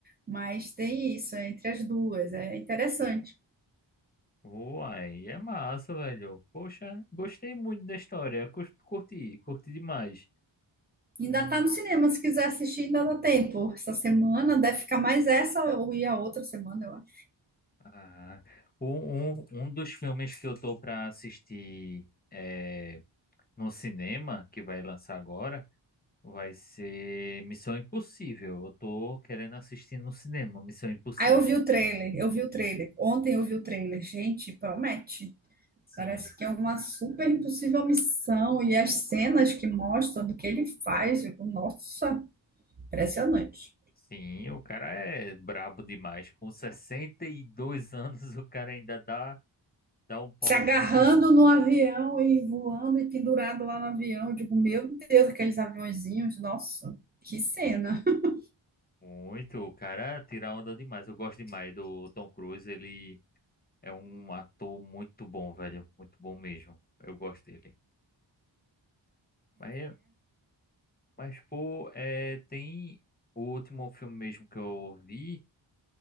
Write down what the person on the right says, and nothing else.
Mas tem isso, é entre as duas. É interessante.
Ainda
tá no cinema, se quiser assistir, ainda dá tempo. Essa semana deve ficar mais essa ou ir a outra semana, eu acho.
Aí eu vi o trailer, eu vi o trailer. Ontem eu vi o trailer. Gente, promete.
Parece que é uma super impossível missão e as cenas que mostram do que ele faz, eu digo, nossa, impressionante.
Se agarrando
no avião e voando e pendurado lá no avião, eu digo, meu Deus, aqueles aviãozinhos, nossa, que cena. <laughs>